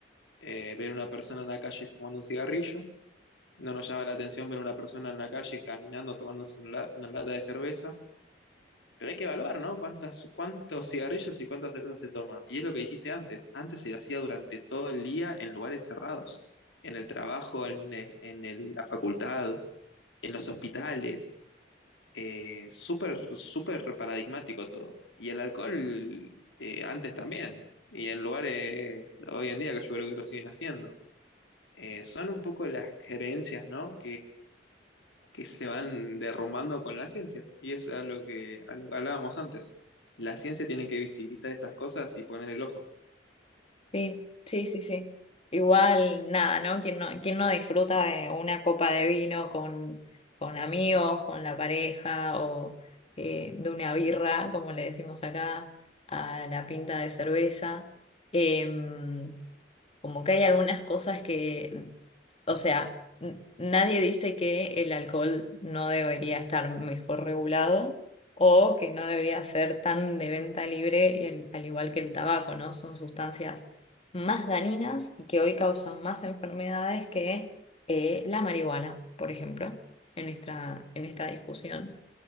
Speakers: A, on the left; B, on the left.
A: eh, ver una persona en la calle fumando un cigarrillo, no nos llama la atención ver una persona en la calle caminando, tomándose una la- una lata de cerveza, pero hay que evaluar, ¿no? ¿Cuántas, cuántos cigarrillos y cuántas cervezas se toma? Y es lo que dijiste antes. Antes se lo hacía durante todo el día en lugares cerrados, en el trabajo, en, e- en el- la facultad, en los hospitales. Eh, súper, súper paradigmático todo. Y el alcohol eh, antes también. Y en lugares hoy en día que yo creo que lo siguen haciendo. Eh, son un poco las creencias, ¿no? que se van derrumbando con la ciencia. Y es a lo que, a lo que hablábamos antes. La ciencia tiene que visibilizar estas cosas y poner el ojo.
B: Sí, sí, sí, sí. Igual, nada, ¿no? ¿Quién no, quién no disfruta de una copa de vino con, con amigos, con la pareja o eh, de una birra, como le decimos acá, a la pinta de cerveza? Em, como que hay algunas cosas que, o sea, n- nadie dice que el alcohol no debería estar mejor regulado o que no debería ser tan de venta libre, y al, al igual que el tabaco, ¿no? Son sustancias más dañinas y que hoy causan más enfermedades que eh, la marihuana, por ejemplo, en esta, en esta discusión.